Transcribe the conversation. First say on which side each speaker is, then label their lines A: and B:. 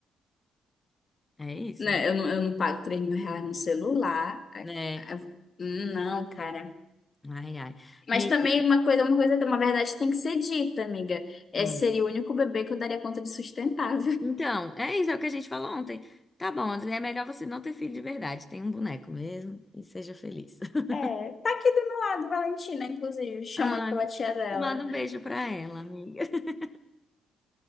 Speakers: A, on the left (about 20°); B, on the left (about 40°).
A: É isso,
B: Né, eu não, eu não pago 3 mil reais no celular. Ai,
A: né?
B: ai, hum, não, cara.
A: Ai, ai.
B: Mas
A: Amiga,
B: também uma coisa, uma coisa, uma verdade tem que ser dita, amiga. Esse
A: hum.
B: seria o único bebê que eu daria conta de sustentar,
A: Então, é isso, é o que a gente falou ontem. Tá bom, André, é melhor você não ter filho de verdade. Tem um boneco mesmo e seja feliz. <laughs>
B: É, tá aqui do meu lado, Valentina, inclusive, chamando
A: Ai,
B: pela tia dela.
A: manda um beijo pra ela, amiga. <laughs>